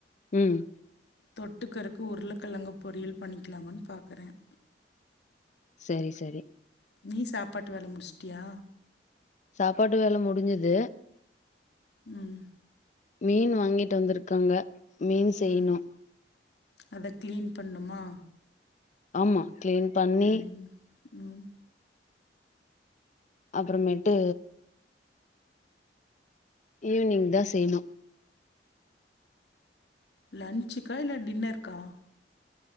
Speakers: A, on the left (about 45°); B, on the left (about 65°).
A: ம்
B: தொட்டுக்கரக்கு உருளைக்கிழங்குபொறியல் பண்ணிக்கலாமானு பாக்குறேன்
A: சரி சரி
B: நீ சாப்பாட்டு வேல முடிச்சுட்டியா
A: சாப்பாட்டு வேல முடிஞ்சது
B: உம்
A: மீன் வாங்கிட்டு வந்துருக்காங்க மீன் செய்ணும்
B: ம் அத க்ளீன் பண்ணுமா
A: ஆமா கிளீன் பண்ணி
B: ம் ம்
A: அப்பறமேட்டு ஈவ்னிங் தான் செய்ணும்
B: லன்சுக்கா இல்ல டின்னருக்கா